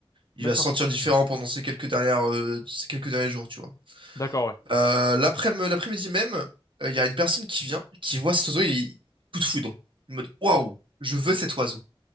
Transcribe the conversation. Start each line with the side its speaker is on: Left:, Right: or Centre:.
Right: il
Left: d'accord.
Right: va se sentir différent pendant ces quelques dernières, euh, ces quelques derniers jours, tu vois.
Left: D'accord, ouais.
Right: Euh, l'après- l'après-midi même, euh, il y a une personne qui vient, qui voit cet oiseau, il coup de foudre. En mode waouh, je veux cet oiseau.